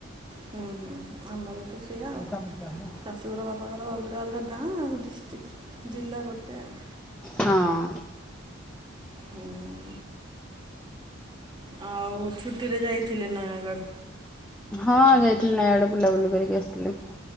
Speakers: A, on the right; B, in the centre.
A: ହୁଁ ହୁଁ ଆମର ତ ସେଇଆ ଆଉ।
B: ମିା <unintelligible>
A: ଶାଶୁଘର ବାପା ଘର ଅଲଗା ଅଲଗା ଗାଁ ଆ ଡିଷ୍ଟ୍ରିକ୍ ଜିଲ୍ଲା ଗୋଟେ ଆଉ।
B: ହଁ
A: ହୁଁ। ଆଉ ଛୁଟିରେ ଯାଇଥିଲେ ନୟାଗଡ଼?
B: ହଁ ଯାଇଥିଲି ନୟାଗଡ଼ ବୁଲାବୁଲି କରିକି ଆସିଲି।